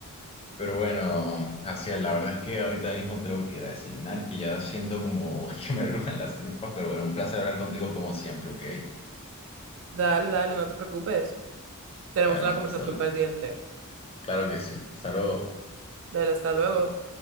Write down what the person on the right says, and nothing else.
Dale, dale, no te preocupes. Tenemos
una conversación
pendiente.
Dale, hasta luego.